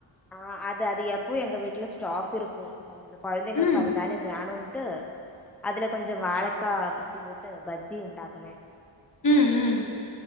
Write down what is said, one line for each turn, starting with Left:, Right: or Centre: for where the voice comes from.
Centre: ஆ அது அது எப்பவூ எங்க வீட்டுல ஸ்டாக் இருக்கூ இந்த குழந்தைங்களுக்கு
Left: ம்
Centre: அதுதானே வேணும்ட்டு அதுல கொஞ்சொ வாழக்கா பிச்சு போட் பஜ்ஜி உண்டாக்கனே
Left: ம் ம்